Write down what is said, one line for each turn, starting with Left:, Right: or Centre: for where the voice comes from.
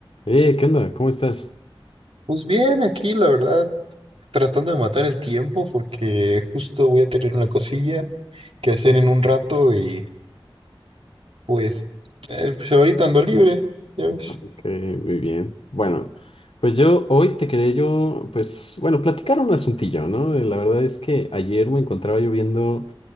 Left: Eh, ¿qué onda? ¿Cómo estás?
Right: Pues bien, aquí la verdad, tratando de matar el tiempo porque justo voy a tener una cosilla que hacer en un rato y pues, eh, pues ahorita ando libre, ya ves.
Left: Ok, muy bien. Bueno, pues yo hoy te quería yo, pues, bueno, platicar un asuntillo, ¿no? Eh, La verdad es que ayer me encontraba yo viendo